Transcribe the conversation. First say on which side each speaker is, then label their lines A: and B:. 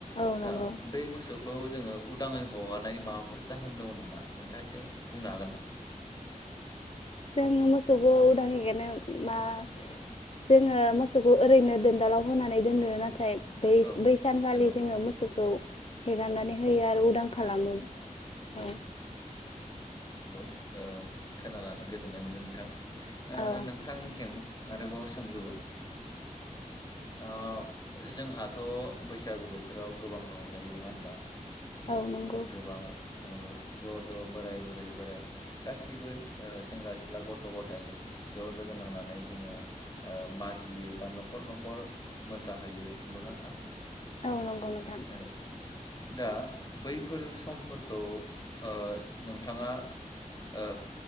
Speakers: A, on the left; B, on the left.
A: औ नंगौ
B: ओ बै मोसौखौ जोङो उदाङै हगारनायनि माबाफोर जाहोन दङ नामा नोंथाङा एसे बुंनो हागोन ना?
A: जोङो मोसौखौ उदाङै एगारनो मा जोङो मोसौखौ ओरैनो दोनदालाव होनानै दोनो नाथाय बै
B: औ
A: बै सानखालि
B: नंगौ
A: जोङो मोसौखौ हेगारनानै होयो आ रो उदां खालामो
B: नंगौ
A: औ
B: नंगौ ओ खोनानानै गोजोननाय मोन्दों नोंथां ओ
A: औ
B: नोंथांनिसिम आरोबाव सोंलु ओ जोंहाथ
A: बैसागु बोथोराव गोबां रंजायो नङा होमबा?
B: बैसागो बोथोराव गोबां रंजायो नङा होनबा
A: औ नंगौ
B: गोबां ओ ज ज बोराय बुरै बोराइ गासिबो ओ सेंग्रा सिख्ला गथ गथाय ज लोगो नांनानै जोङो ओ मागियो बा नखर नखर मोसाहैयो नंगौना नोंथां?
A: औ नं औ नोंथां
B: ओं दा बैफोर समफोरखौ ओ नोंथाङा ओ